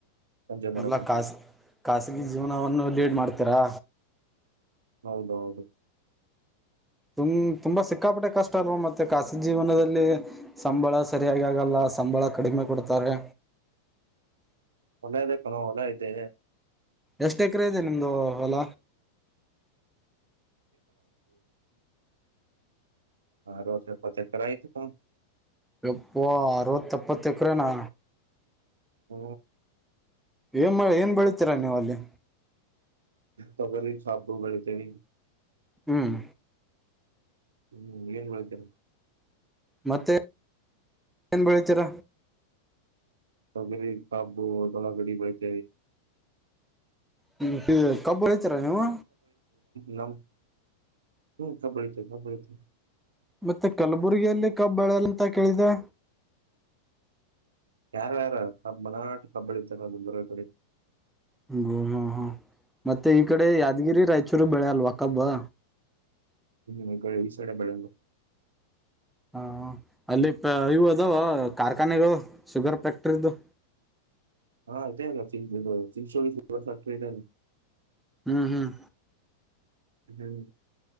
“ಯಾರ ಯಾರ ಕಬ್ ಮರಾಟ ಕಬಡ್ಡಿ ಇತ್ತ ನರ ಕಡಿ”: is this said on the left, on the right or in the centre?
Right